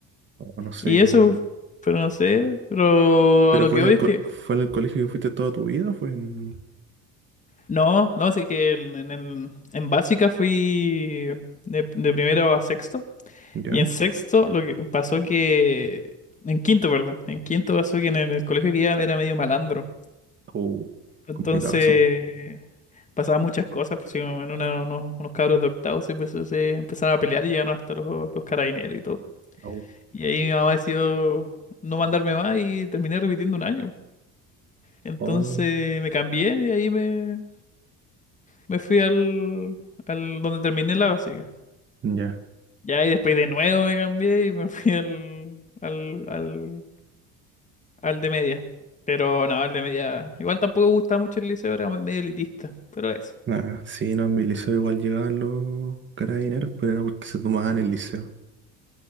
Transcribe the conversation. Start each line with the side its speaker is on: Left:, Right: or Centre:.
Right: No, no sé,
Left: Y
Right: yo.
Left: eso, pero no sé, pero
Right: ¿Pero
Left: a lo
Right: fue
Left: que
Right: en
Left: voy
Right: el,
Left: es
Right: co-
Left: que...
Right: fue en el colegio que fuiste toda tu vida? ¿Fue en...
Left: No, no, así que el- en, el- en básica fui de, de primero a sexto.
Right: ¿Ya?
Left: Y en sexto lo que pasó que... En quinto, perdón. En quinto pasó que en el, el colegio que iba era medio malandro.
Right: Oh,
Left: Entonces
Right: complicado eso.
Left: pasaban muchas cosas, pues sí, como en una, unos, unos cabros de octavo se, empezó- se empezaron a pelear y llegaron hasta los, los carabineros y todo.
Right: Oh,
Left: Y ahí mi mamá decidió no mandarme más y terminé repitiendo un año. Entonces
Right: oh.
Left: me cambié y ahí me, Me fui al, al donde terminé la básica.
Right: Ya.
Left: Ya, y después de nuevo me cambié y me <laughs> fui al, al, al, al de media. Pero no, al de media. Igual tampoco me gusta mucho el liceo, era medio elitista. Pero eso.
Right: Ah, sí, no, en mi liceo igual llegaban los carabineros, pero era porque se tomaban el liceo.